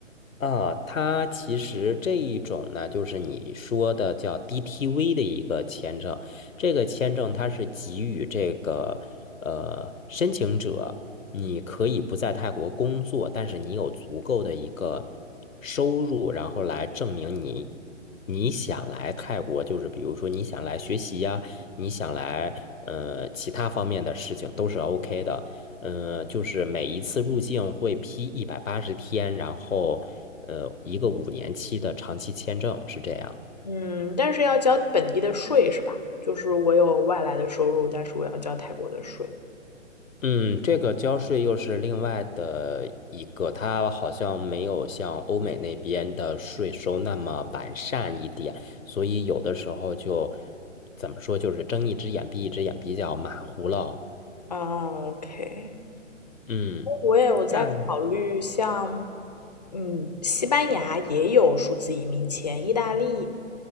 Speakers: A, on the left; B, on the left.
A: 啊，它其实这一种呢，就是你说的叫 DTV 的一个签证。这个签证它是给予这个呃申请者，你可以不在泰国工作，但是你有足够的一个收入，然后来证明你你想来泰国，就是比如说你想来学习呀，你想来呃其他方面的事情都是 OK 的。呃，就是每一次入境会批一百八十天，然后呃，一个五年期的长期签证是这样。
B: 嗯，但是要交本地的税是吧？就是我有外来的收入，但是我要交泰国的税。
A: 嗯，这个交税又是另外的一个，它好像没有像欧美那边的税收那么完善一点，所以有的时候就怎么说，就是睁一只眼闭一只眼，比较马虎了。
B: 哦，OK，
A: 嗯，
B: 我也有在考虑像，
A: 但
B: 嗯，西班牙也有数字移民签，意大利